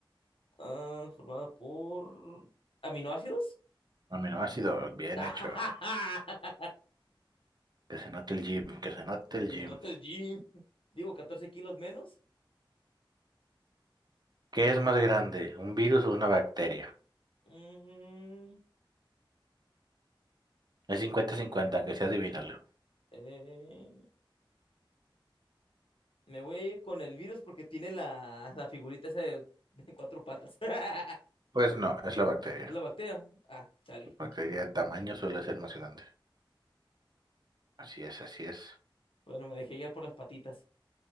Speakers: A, on the left (about 85°); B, on the right (about 50°).
A: están formadas por aminoácidos.
B: Aminoácido, bien
A: <laughs>
B: hecho. Que se note el gym, que se note el
A: que
B: gym.
A: se nota el gym. Digo, 14 kilos menos.
B: ¿Qué es más grande, un virus o una bacteria?
A: Mm,
B: Es cincuenta-cincuenta. que sea adivinarlo.
A: eh, me voy a ir con el virus porque tiene la, la figurita esa de, de cuatro patas. <laughs>
B: Pues no, es la bacteria.
A: Es la bacteria. Ah, sale.
B: La bacteria en tamaño suele ser más grande. Así es, así es.
A: Bueno, me dejé guiar por las patitas.